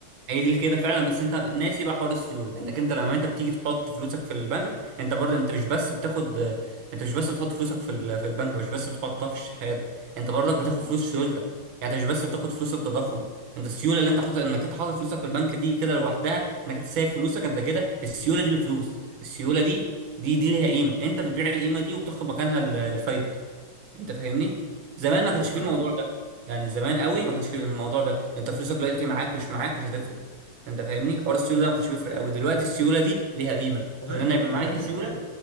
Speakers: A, on the right; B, on the left.
A: هي دي كده فعلا بس انت ناسي بقى حوار السيوله انك انت لما انت بتيجي تحط فلوسك في البنك انت برضه انت مش بس بتاخد انت مش بس بتحط فلوسك في ال- في البنك مش بس بتحطها في الشهاده انت برضك بتاخد
B: مم.
A: فلوس سيولتك يعني انت مش بس بتاخد فلوس التضخم انت السيوله اللي انت حاطط انك انت حاطط فلوسك في البنك دي كده لوحدها انك انت سايب فلوسك انت كده السيوله دي بفلوس السيوله دي دي دي ليها قيمه انت بتبيع القيمه دي وبتاخد مكانها ال- الفايده انت فاهمني زمان
B: ايوه
A: ما كانش
B: فاهم
A: فيه الموضوع ده يعني زمان قوي ما كانش فيه الموضوع ده انت فلوسك دلوقتي معاك مش معاك مش هتفرق انت فاهمني حوار السيوله ده ما كانش بيفرق قوي دلوقتي السيوله دي ليها قيمه
B: مهمه
A: ان انا يبقى معايا
B: مهمه
A: سيوله
B: ايوه